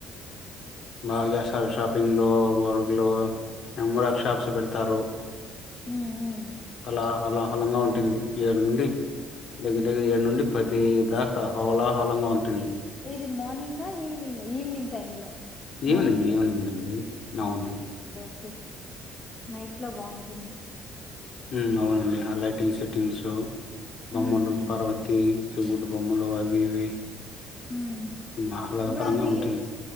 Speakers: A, on the left; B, on the left.
A: బాగా చేస్తారు షాపింగ్లు వర్లు నెంబర్ ఆఫ్ షాప్స్ పెడతారు
B: హమ్ హమ్
A: కళహలాహలంగా ఉంటుంది ఏడు నుండి దగ్గర దగ్గర ఏడు నుండి పది దాకా హోలాహోలంగా ఉంటుంది
B: ఏది మార్నింగ్ ఆహ్ ఈవినింగ్ ఆహ్ ఈవినింగ్ టైమ్ లో
A: ఈవనింగ్
B: నైట్ లో
A: ఈవనింగ్ అండి నవును
B: ఒకే నైట్ లో బాగుంటుంది
A: హమ్ అవునండి ఆహ్ లైటింగ్ సెట్టింగ్స్ బొమ్మలు
B: ఉమ్ ఉమ్
A: పార్వతి సివుడు బొమ్మలు అవి ఇవి
B: హ్మ్
A: ఆహ్లాదకరంగా
B: ఇప్పుడు అవి
A: ఉంటుంది